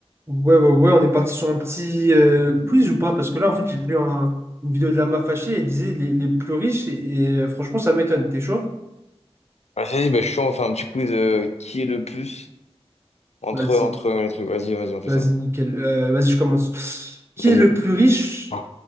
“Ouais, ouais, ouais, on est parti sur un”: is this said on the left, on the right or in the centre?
Right